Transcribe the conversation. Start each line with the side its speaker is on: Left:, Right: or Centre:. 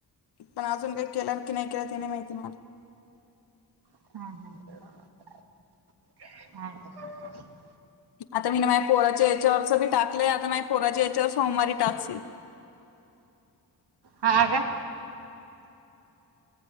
Left: पण अजून काही केलं की नाही केलं त्या नाही माहिती म
Right: हम् हम् हम
Left: आता मी ना माझ पोराच्या याच्यावरस बी टाकलंय आता माझ पोराचे याच्यावर सोमवारी टाकशील
Right: ह